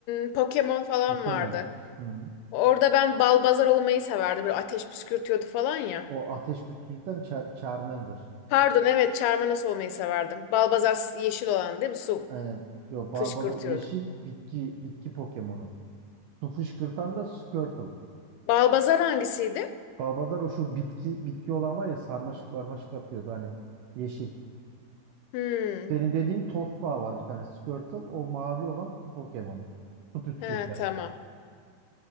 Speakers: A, on the left (about 85°); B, on the right (about 80°).
A: hmm, Pokemon falan
B: Pokemon.
A: vardı.
B: Hmm.
A: Orada ben Balbazar olmayı severdim. Böyle ateş püskürtüyordu falan ya.
B: O ateş püskürten Char Charmander.
A: Pardon evet Charmander olmayı severdim. Balbazar s- yeşil olan değil mi? Su
B: Aynen. Yo, Balbazar
A: fışkırtıyordu.
B: yeşil bitki bitki Pokemon'u. Su fışkırtan da Squirtle.
A: Balbazar hangisiydi?
B: Balbazar o şu bitki bitki olan var ya sarmaşık marmaşık atıyordu hani yeşil.
A: Hmm.
B: Senin dediğin Tospa var bir tane. Squirtle o mavi olan su Pokemon'u. Su püskürten.
A: He tamam.